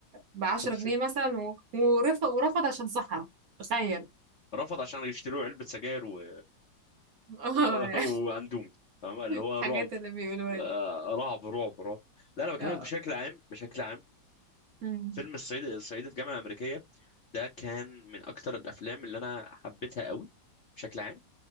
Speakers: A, on the right; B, on the left.
A: ب 10
B: خمس
A: جنيه
B: سنين
A: مثلا و- ورفض ورفض عشان صحراء تخيل
B: رفض عشان يشتروا علبة سجاير و...
A: <laughs> اه
B: <laughs> وأندومي فاهم اللي هو
A: الحاجات
B: رعب
A: اللي بيقولوها
B: آه،
A: دي
B: رعب رعب رعب لا انا بكلمك
A: اه
B: بشكل عام بشكل عام
A: أمم.
B: فيلم الصعيد الصعيدي في الجامعه الامريكيه ده كان من اكتر الافلام اللي انا حبيتها قوي بشكل عام